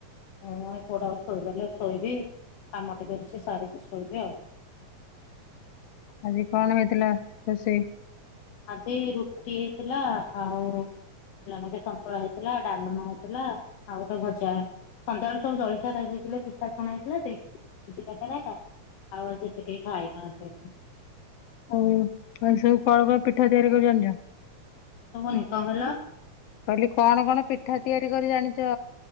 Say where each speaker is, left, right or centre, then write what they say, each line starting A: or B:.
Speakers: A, on the left; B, on the left.
A: ହଁ ଏ ପୁଅଟାକୁ ଶୋଇଦେଲେ ଶୋଇବି, କାମ ଟିକେ ଅଛି ସାରିକି ଶୋଇବି ଆଉ।
B: ଆଜି କଣ ହେଇଥିଲା ରୋଷେଇ?
A: ଆଜି ରୁଟି ହେଇଥିଲା, ଆଉ ବନ୍ଧା କୋବି ସନ୍ତୁଳା ହେଇଥିଲା, ଡାଲମା ହେଇଥିଲା, ଆଉ ଗୋଟେ ଭଜା ସନ୍ଧ୍ୟାବେଳେ ସବୁ ଜଳଖିଆ ଖାଇ ଦେଇଥିଲେ ପିଠା ଛଣା ହେଇଥିଲା, ସୁଜି କାକରା ହେକା। ଆଉ ଆଜି ଏତେ କେହି ଖାଇ ନାହାନ୍ତି।
B: ଆଉ କଣ ସବୁ କଣ କଣ ପିଠା ତିଆରି କରି ଜାଣିଛ?
A: ଶୁବୁନି କଣ କହୀଲ?
B: କହିଲି କଣ କଣ ପିଠା ତିଆରି କରି ଜାଣିଛ?